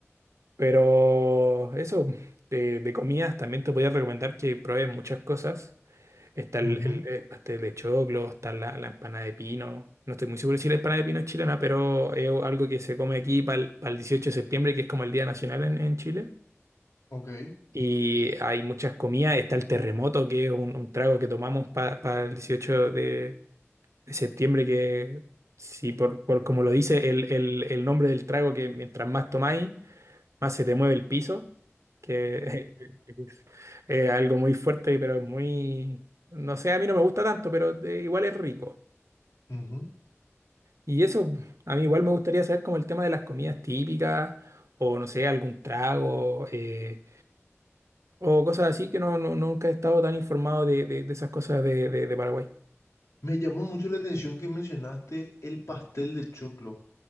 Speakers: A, on the right (about 70°); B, on the left (about 80°).
A: Pero eso, de, de comidas también te podría recomendar que pruebes muchas cosas. Está el,
B: ujú,
A: el- eh, este, el pastel de choclo, está la, la empanada de pino. No estoy muy seguro si la empanada de pino es chilena, pero es algo que se come aquí para el 18 de septiembre, que es como el Día Nacional en, en Chile.
B: ok.
A: Y hay muchas comidas. Está el terremoto, que es un, un trago que tomamos para el 18 de, de septiembre, que, sí por, por como lo dice el, el- el nombre del trago, que mientras más tomáis, más se te mueve el piso, que <laughs> es algo muy fuerte, pero es muy... No sé, a mí no me gusta tanto, pero de- igual es rico.
B: ujú.
A: Y eso, a mí igual me gustaría saber como el tema de las comidas típicas, o no sé, algún trago, eh, o cosas así, que no, no- nunca he estado tan informado de, de- de esas cosas de, de- de Paraguay.
B: Me llamó mucho la atención que mencionaste el pastel de choclo.